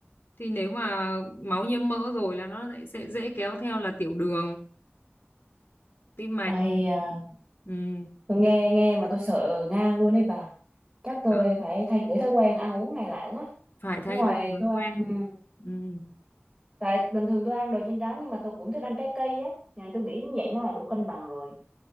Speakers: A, on the left; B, on the right.
A: thì nếu mà máu nhiễm mỡ rồi là nó lại sẽ dễ kéo theo là tiểu đường tim mạch
B: ai à,
A: Ừm,
B: tôi nghe nghe mà tôi sợ ngang luôn đấy bà chắc tôi
A: đó.
B: phải thay đổi thói quen ăn uống này lại quá
A: phải thay
B: ngoài
A: đổi thói
B: tôi
A: quen
B: ăn ừ.
A: Ừm.
B: tại bình thường tôi ăn đồ chiên rán nhưng mà tôi cũng thích ăn trái cây ấy Nhà tôi nghĩ như vậy nó là đủ cân bằng rồi